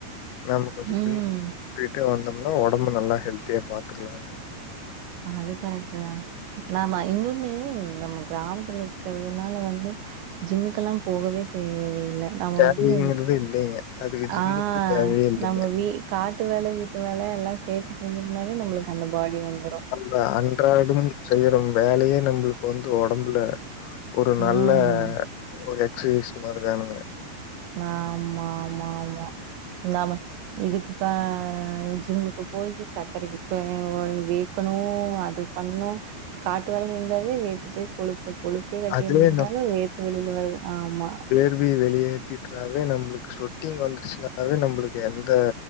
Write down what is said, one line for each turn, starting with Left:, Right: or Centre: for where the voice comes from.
Left: நாம்ம கொஞ்சம்
Right: ம்.
Left: பின்பட்டு வந்தோம்னா உடம்பு நல்லா ஹெல்த்தியா பாத்துக்கலாங்க.
Right: அது கரெக்ட் தான் ஆமா இன்னொன்னு நம்ம கிராமத்துல இருக்கிறதுனால வந்து ஜிம்முக்குலாம் போகவே தேவயில்லை. நம்ம
Left: தேவைங்கிறது
Right: வந்துனு
Left: இல்லைங்க. அதுக்கு ஜிம்முக்கு
Right: ஆ
Left: தேவையே இல்லைங்க.
Right: நம்ம வீ காட்டு வேல, வீட்டு வேல எல்லாம் சேத்து செஞ்சோம்னாவே நம்மளுக்கு அந்த பாடி வந்துடும்.
Left: நா அன்றாடும் செய்யறும் வேலையே நம்மளுக்கு வந்து உடம்புல ஒரு நல்ல
Right: ம்.
Left: ஒரு எக்சசைஸ் மாரிதானுங்க.
Right: ஆமா ஆமா ஆமா ஆமா இதுக்குதா ஜிம்முக்கு போயி சக்கரைக்கு <unintelligible> க்கணும் அது பண்ணனும் காட்டு வேலை இருந்தாவே வேத்து போய் கொழுப்ப கொழு ப்ப தட்டி
Left: அதுவே
Right: இருந்ததுனால வேத்து வெளில வருது ஆமா
Left: இதுவே வெளியேத்திட்டாவே நம்மளுக்கு சொட்டிங் வந்துருச்சுனாவே நம்மளுக்கு எந்த